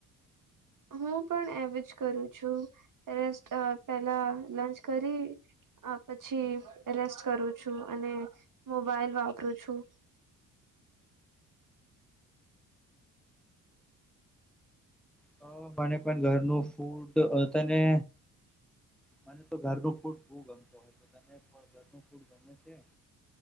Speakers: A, on the right (about 45°); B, in the centre.
A: હું પણ એવજ કરું છું રેસ્ટ પેલા લંચ કરી. આ પછી રેસ્ટ કરું છું અને મોબાઈલ વાપરું છું.
B: હ મને પણ ઘરનું. ફૂડ તને. મને તો ઘરનું ફૂડ બહુ ગમતો હતો તને ઘરનું ફૂડ ગમે છે.